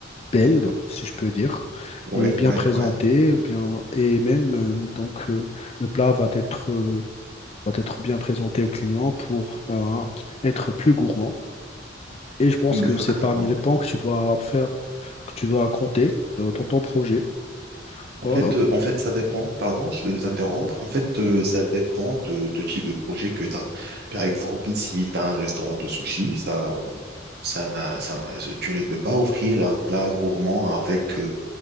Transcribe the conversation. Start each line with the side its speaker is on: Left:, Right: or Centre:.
Left: belle, si je peux dire,
Right: ouais,
Left: et bien
Right: ouais,
Left: présentée,
Right: ouais,
Left: ou bien, et même euh, donc euh, le plat va être, euh, va être bien présenté au client pour euh, être plus gourmand. Et je pense
Right: exactement.
Left: que c'est parmi les points que tu dois faire, que tu dois compter euh, dans ton projet.
Right: En
Left: Voilà.
Right: fait, euh, en fait, ça dépend, pardon, je vais t'interrompre. En fait, euh, ça dépend de, de type de projet que tu as. Par exemple, si tu as un restaurant de sushi, ça, ça n'a, ça, tu ne peux pas offrir un plat gourmand avec, euh,